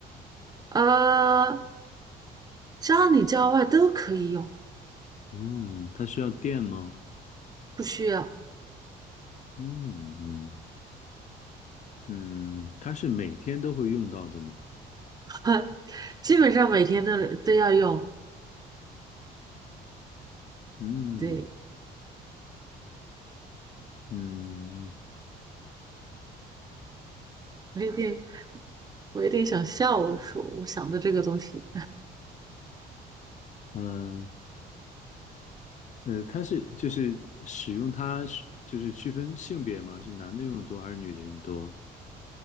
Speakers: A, on the right; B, on the left.
A: 啊，家里家外都可以用，
B: 嗯，它需要电吗？
A: 不需要，
B: 嗯嗯嗯，它是每天都会用到的吗？
A: <laughs> 啊，基本上每天都都要用。
B: 嗯
A: 对，
B: 嗯
A: 我有点，我有点想笑，我说我想的这个东西，
B: 嗯呃，它是就是使用它是就是区分性别吗？是男的用的多还是女的用的多？